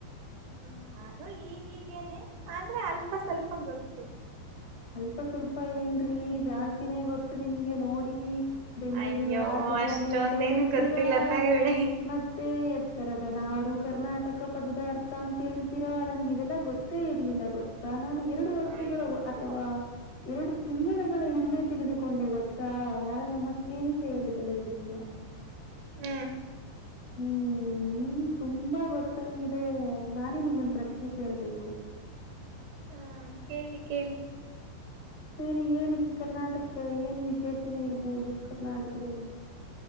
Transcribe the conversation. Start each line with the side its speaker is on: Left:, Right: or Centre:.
Right: ನಾನು ಈಗೀಗೇನೆ ಆದ್ರೆ ಅಲ್ಪ ಸ್ವಲ್ಪ ಗೊತ್ತು.
Left: ಅಲ್ಪ ಸ್ವಲ್ಪ ಏನ್ರೀ ಜಾಸ್ತಿನೇ ಗೊತ್ತು ನಿಮ್ಗೆ ನೋಡಿ ಬೆಂಗಳೂರು
Right: ಅಯ್ಯೋ
Left: ರಾಜಧಾನಿ
Right: ಅಷ್ಟೊಂದೇನು
Left: ಅಂತ ಹೇಳ್ತೀರಾ
Right: ಗೊತ್ತಿಲ್ಲ ತಗೊಳ್ಳಿ
Left: ಮತ್ತೆ. ಉತ್ತರದ ನಾಡು ಕರ್ನಾಟಕ ಪದದಾರ್ಥ. ಅಂತ ಹೇಳ್ತೀರಾ ನನ್ಗೆ ಇವೆಲ್ಲ ಗೊತ್ ಗೊತ್ತೆ ಇರ್ಲಿಲ್ಲ ಗೊತ್ತಾ. ನಾನು ಎರಡು ವರ್ಷಗಳ
Right: ಅಯ್ಯೋ
Left: <unintelligible> ಅಥವಾ ಎರಡು ತಿಂಗಳುಗಳ ಹಿಂದೆ ತಿಳಿದುಕೊಂಡೆ ಗೊತ್ತಾ ಯಾರು ನಮ್ಮ ಸ್ನೇಹಿತೆ ಹೇಳಿದಲ್ಲ ಇದನ್ನು.
Right: ಹ್ಮ್
Left: ಹ್ಮ್ ನಿಮ್ಗ್ ತುಂಬಾ ಗೊತ್ತಂಗಿದೆ ನಾನೇ ನಿಮ್ಮನ್ ಪ್ರಶ್ನೆ ಕೇಳ್ಬೇಕು.
Right: ಹಾ ಕೇಳಿ ಕೇಳಿ.
Left: ಸರಿ ಹೇಳಿ ಕರ್ನಾಟಕದಲ್ ಏನ್ ವಿಶೇಷಣೆ ಇರ್ಬೋದು ಕರ್ನಾಟಕದಲ್ಲಿ.